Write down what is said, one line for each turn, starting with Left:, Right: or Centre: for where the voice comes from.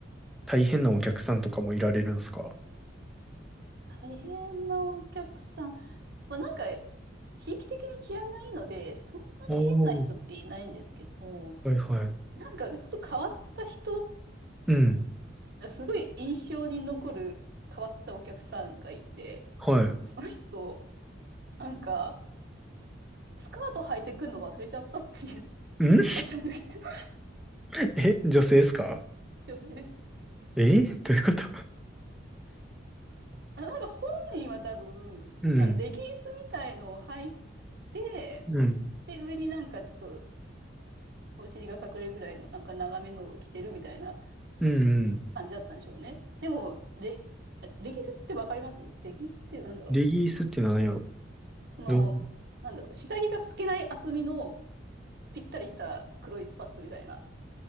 Centre: 大変なお客さんとかもいられるんですか
Right: 大変なお客さん。まあなんか、地域的に治安がいいので、そんなに変な人っていないんですけども、
Centre: おおー。はいはい。
Right: なんかちょっと変わった人、
Centre: うん。
Right: すごい印象に残る変わったお客さんがいて、
Centre: はい。
Right: その人、なんか、スカート履いてくるの忘れちゃったっていう
Centre: うん
Right: おばちゃんが言ってた
Centre: <laughs> え、女性ですか
Right: 女性です。
Centre: えどういうこと
Right: あ、なんか本人は多分、
Centre: うん。
Right: まあ、レギンスみたいのを履いて、
Centre: うん。
Right: で、上になんかちょっとお尻が隠れるぐらいのなんか長めのを着てるみたいな
Centre: うんうん。
Right: 感じだったんでしょうね。でも、レ、レギンスってわかりますレギンスっていうのはなんだろう。
Centre: レギースって何やろ
Right: そのあの、
Centre: どん
Right: なんだろう、下着が透けない厚みのぴったりした黒いスパッツみたいな。